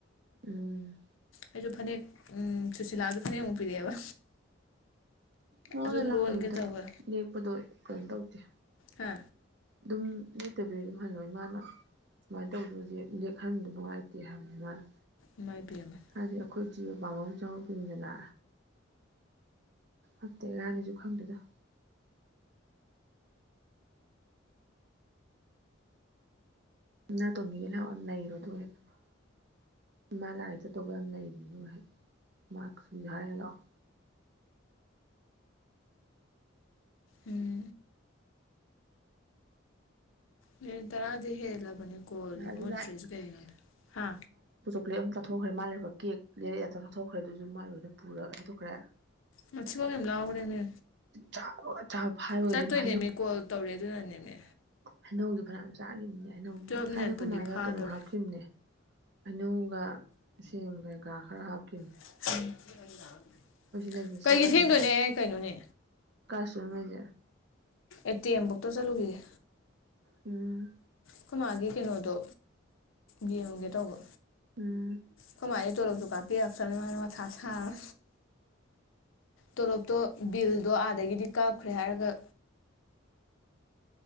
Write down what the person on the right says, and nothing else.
ꯎꯝ
ꯃꯉꯣꯟꯗ
ꯂꯥꯛꯀꯅꯨꯗ
ꯂꯦꯛꯄꯗꯣ ꯀꯩꯅꯣ ꯇꯧꯗꯦ
ꯑꯗꯨꯝ ꯂꯦꯛꯇꯕꯤꯔ ꯑꯗꯨꯝ ꯍꯜꯂꯣ ꯏꯃꯥꯅ ꯁꯨꯃꯥꯏꯅ ꯇꯧꯗ꯭ꯔꯗꯤ ꯂꯦꯛꯍꯟꯕ ꯅꯨꯡꯉꯥꯏꯇꯦ ꯍꯥꯏꯕꯅꯤ ꯃꯥꯅ
ꯍꯥꯏꯗꯤ ꯑꯩꯈꯣꯏ ꯖꯤꯕ ꯄꯥꯡꯕ ꯑꯃ ꯆꯪꯍꯧꯗꯣꯏꯅꯤꯗꯅ ꯍꯛꯇꯦꯒ ꯍꯥꯟꯅꯁꯨ ꯈꯪꯗꯦꯗ <unintelligible> ꯏꯃꯥ ꯂꯥꯏꯒꯤ ꯆꯠꯇꯧꯕ ꯌꯥꯝ ꯂꯩꯕꯅꯤꯅꯦ <unintelligible> ꯍꯥꯏꯔꯒ ꯂꯥꯛꯑꯣ
ꯍꯥꯏꯕꯗꯤ
ꯄ꯭ꯂꯦꯠ ꯑꯃꯝ ꯇꯥꯊꯣꯛꯈ꯭ꯔꯦ ꯃꯥꯟꯂꯦꯕ ꯀꯦꯛ ꯂꯩꯔꯛ ꯆꯥꯊꯣꯛꯈ꯭ꯔꯦ ꯑꯗꯨꯁꯨ ꯃꯥ ꯄꯨꯔꯒꯥ ꯆꯥꯊꯣꯛꯈ꯭ꯔꯦ
ꯆꯥꯕꯒ ꯆꯥꯕ ꯐꯥꯏꯕꯒ
ꯏꯕꯦꯝꯃ
ꯍꯩꯅꯧꯗꯨ ꯐꯅꯌꯥꯝ ꯆꯥꯈꯤꯕꯅꯦ ꯍꯩꯅꯧ
ꯉꯁꯥꯏꯅ
ꯈꯣꯏꯃꯥꯗ
ꯀꯩꯅꯣ ꯍꯥꯞꯈꯤꯕꯅꯦ ꯍꯩꯅꯧꯒ ꯁꯦꯝ ꯀꯩꯀꯥ ꯈꯔ ꯍꯥꯞꯈꯤꯅꯤ
ꯂꯩꯕꯗꯣ
ꯆꯥꯗꯦꯕ
ꯀꯥꯏ ꯆꯠꯇꯣꯏꯅꯣ ꯅꯣꯏꯁꯦ
ꯎꯝ
ꯎꯝ